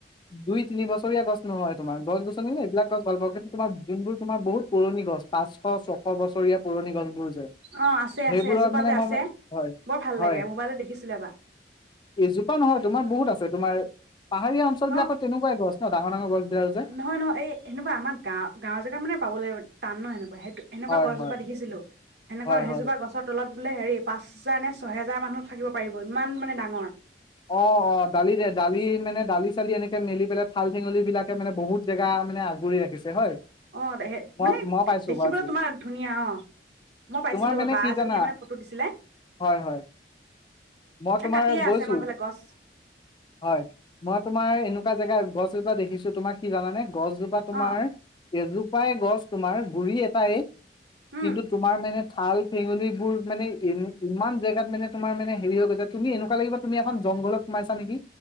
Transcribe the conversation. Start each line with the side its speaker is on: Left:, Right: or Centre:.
Left: দুই তিনি বছৰীয়া গছ নহয় তোমাৰ গছ গছনি ন এইবিলাক গছ গাল পাওঁ কিন্তু তোমাৰ দিনবোৰ তোমাৰ বহুত পুৰণি গছ পাঁচশ ছশ বছৰীয়া। পুৰণি <unintelligible>
Right: অ আছে
Left: সেইবোৰ
Right: আছে এজোপা
Left: মানে
Right: যে
Left: মই
Right: আছে
Left: হয়-হয়,
Right: বৰ ভাল লাগে মোবাইলত দেখিছিলো এবাৰ
Left: এজোপা নহয় তোমাৰ বহুত আছে। তোমাৰ। পাহাৰীয়া অঞ্চলবিলাকত
Right: অ
Left: তেনেকুৱায়ে গছ। অ' ডাঙৰ ডাঙৰ গছ। বিলাক যে
Right: নহয় নহয় এই সেনেকুৱা আমাৰ গাও গাওৰ জেগাত মানে পাবলৈ। টান ন এনেকুৱা সেই। সেনেকুৱা
Left: হয়
Right: গছজোপা
Left: হয়
Right: দেখিছিলোঁ। সেনেকুৱা
Left: হয়
Right: সেইজোপা
Left: হয়
Right: গছত ত তলত বোলে হেৰি পাঁচ হেজাৰ নে ছয় হেজাৰ মানুহ থাকিব পাৰিব ইমান মানে ডাঙৰ।
Left: অ', অ' দালি যে দালি মানে দালি চালি এনেকে মেলি পেলাই থাল ঠেঙলী বিলাকে মানে বহুত জেগা মানে আগুৰি ৰাখিছে হয়।
Right: অ'হ
Left: মই
Right: মানে
Left: মই পাইছো
Right: দেখিবলৈ
Left: পাইছো
Right: তোমাৰ ধুনীয়া অহ' মই পাইছিলোঁ
Left: তোমাৰ মানে
Right: বা
Left: কি
Right: এজনীয়ে
Left: জানা
Right: মানে ফটো দিছিলে।
Left: হয় হয় মই তোমাৰ
Right: এ কাটিয়ে
Left: গৈছো।
Right: আছে আমাৰ ফালে গছ
Left: হয়, মই তোমাৰ এনেকুৱা জেগা গছএজোপা দেখিছ। ছো তোমাক কি জানানে? গছজোপা তোমাৰ।
Right: অ
Left: এজোপাই গছ তোমাৰ গুৰি এটায়ে।
Right: উম
Left: কিন্তু তোমাৰ মানে। থাল ফেঙুলিবোৰ মানে এ ইমান জেগাত মানে তোমাৰ মানে হেৰি তুমি এনেকুৱা লাগিব তুমি এখন জংঘলত সোমাইছা নেকি,